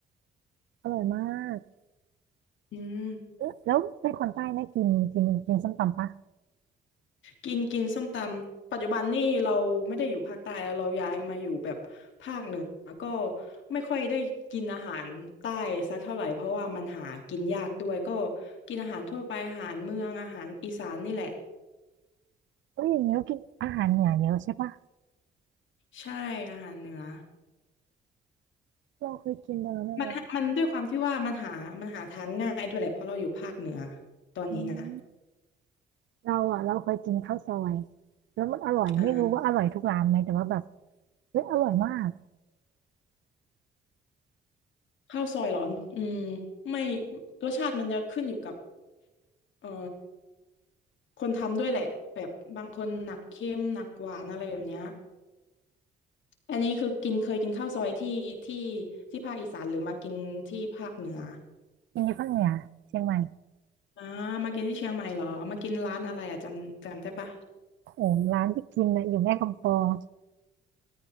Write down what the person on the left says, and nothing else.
อืม
กินกินส้มตำปัจจุบันนี่เราไม่ได้อยู่ภาคใต้แล้วเราย้ายมาอยู่แบบภาคเหนือก็ไม่ค่อยได้กินอาหารใต้สักเท่าไหร่เพราะว่ามันหากินยากด้วยก็กินอาหารทั่วไปอาหารเมืองอาหารอีสานนี่แหละ
ใช่อาหารเหนือ
มันมันด้วยความที่ว่ามันหามันหาทานง่ายด้วยแหละเพราะเราอยู่ภาคเหนือตอนนี้นะ
อ่า
ข้าวซอยเหรออืมไม่รสชาติมันจะขึ้นอยู่กับเอ่อ คนทำด้วยแหละแบบบางคนหนักเค็มหนักหวานอะไรแบบเนี้ยอันนี้คือกินเคยกินข้าวซอยที่ที่ที่ภาคอีสานหรือมากินที่ภาคเหนือ
อ่ามากินที่เชียงใหม่เหรอมากินร้านอะไรอ่ะจำจำได้ปะ